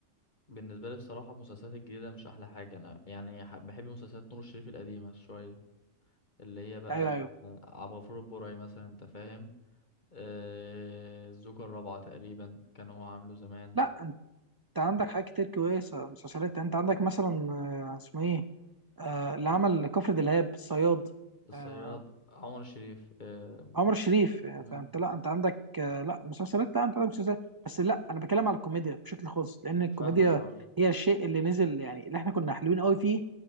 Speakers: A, on the left; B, on the right.
A: بالنسبة لي بصراحة المسلسلات الجديدة مش أحلى حاجة أنا يعني ح- بحب مسلسلات نور الشريف القديمة شوية اللي هي بقى
B: ايوه ايوه
A: عبد الغفور البرعي مثلا أنت فاهم آه، الزوجة الرابعة تقريبا كان هو عامله زمان
B: لا انت عندك حاجات كتير كويسه مسلسلات انت عندك مثلا آه، اسمه ايه آه، اللي عمل كفر دلهاب الصياد
A: الصياد
B: آه،
A: عمر الشريف آه،
B: عمر شريف يعني
A: مم،
B: فانت لا انت عندك آه، لا مسلسلات لا انت عندك مسلسلات بس لا انا بتكلم على الكوميديا بشكل خاص لان الكوميديا
A: فاهمك اه
B: هي الشيء اللي نزل يعني اللي احنا كنا حلوين قوي فيه